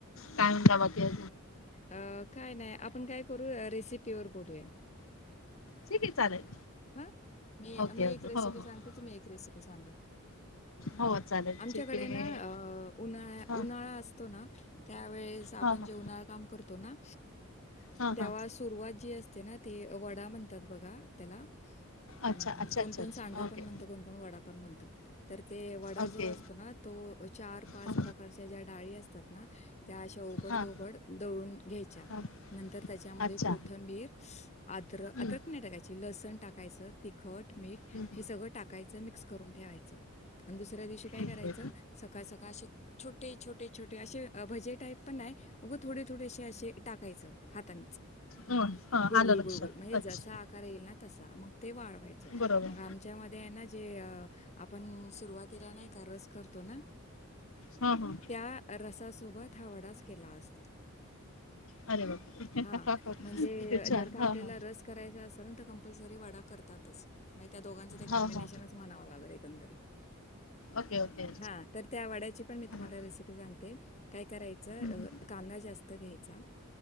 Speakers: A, on the left (about 75°); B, on the left (about 30°).
A: सांग जा म ते
B: अ काय नाही आपण काय करू रेसिपीवर बोलूया
A: ठीक आहे चालेल
B: हा मी
A: ओके
B: मी एक
A: ओके
B: रेसिपी
A: हो हो
B: सांग. तुम्ही एक रेसिपी सांगल.
A: हो. चालेल
B: आमच्याकडे
A: ठीक आहे
B: ना उन्हाळा
A: हा
B: उन्हाळा असतो ना त्यावेेळेस आपण.
A: हा हा
B: जे उन्हाळ काम करतोना
A: हा
B: तेव्हासं
A: हा
B: सुरुवात जी असते ना ते वडा म्हणतात बघा त्याला हम्म
A: अच्छा अच्छा
B: कोणकोण
A: अच्छा अच्छा
B: सांडगा
A: ओके
B: पण म्हणत कोणकोण वडा पण म्हणत तर ते वडा
A: ओके
B: जो असतो ना चार पाच
A: हा
B: प्रच्या ज्या डाळी असतात ना त्याश. पड
A: हा
B: धोपड दळून घ्यायच्या.
A: हा
B: नंतर त्याच्यामध्ये
A: अच्छा
B: कोथंबीर आद्रक
A: हम्म
B: अद्रक नाही टाकायचे ची लसण टाकायचं तिखट मीठ
A: हम्म
B: हे सगळं टाकायचं मिक्स करून ठेवायचं आणि दुसऱ्या दिवशी काय
A: ओके
B: करायचं सकाळ सकाळ असे छोटे छोटे छोटे असे भजे टाईप. पण नाही. अगं थोडे थोडेसे असे टाकायचं हातानेचं
A: हा हा
B: गोल
A: आलं
B: गोल गोल
A: लक्षात
B: गोल म्हणजे
A: अच्छा
B: जसा. येल ना तसा मग ते वाढवायच
A: बरोबर
B: मग आमच्या म आहे ना जे. आपण सुरुवातीला नाही का रस करतो ना.
A: हा हा.
B: त्या रसासोबत हा वडाच केला असता
A: अरे बापरे!
B: हा म्हणजे
A: किती छान
B: जर का
A: हा
B: आपल्याला
A: हा
B: रास करायचं असेल तं कम्पलसरी वडा करतातंच नाही त्या दोघांचे ते कॉम्बिनेशनच
A: हा हा हा.
B: म्हणावं लागल एकंदरी.
A: Okay okay.
B: हा तर त्या वाड्याची पण मी
A: हम्म,
B: तुम्हाला रेसिपी सांगते काय कराय अ
A: हम्म.
B: कांदा जास्त घ्यायचा.